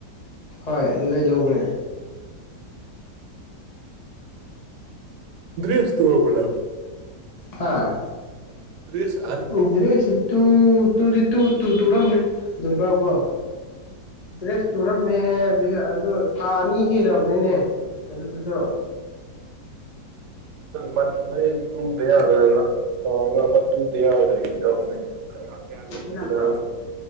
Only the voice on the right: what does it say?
ꯗꯔ꯭ꯦꯁ ꯇꯨꯔꯕꯣ ꯅꯪ
ꯗꯔꯤꯁ
ꯃꯟ ꯇꯨꯡꯗꯦꯒ ꯇꯉ ꯇꯨꯗꯌꯥꯖꯔꯅꯤ ꯀ ꯍꯦꯌꯥꯅ ꯂꯧꯅꯅꯤꯖꯅ